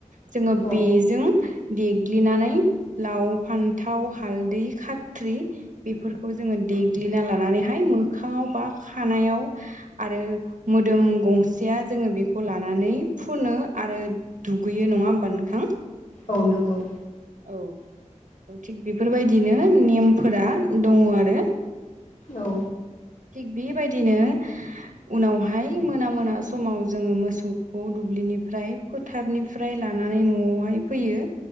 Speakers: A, on the right (about 80°); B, on the left (about 80°).
A: जोङो
B: औ
A: बेजों देल्गि देल्गिनानै लाव फान्थाव हालदै खाथ्रि बेफोरखौ जोङो देल्गि ना लानानैहाय मोखाआव बा खानायाव आरो मोदोम गंसेया जोङो बेखौ लानानै फुनो आरो दुगैयो। नङा होमबा नोंथां?
B: औ नंगौ।
A: औ थिग बेफोरबायदिनो नेमफोरा दङ आरो।
B: औ।
A: थिग बेबायदिनो। उनावहाय मोना-मोना समाव जोङो मोसौखौ दुब्लिनिफ्राय फोथारनिफ्राय लानानै। लानानै न'आवहाय फैयो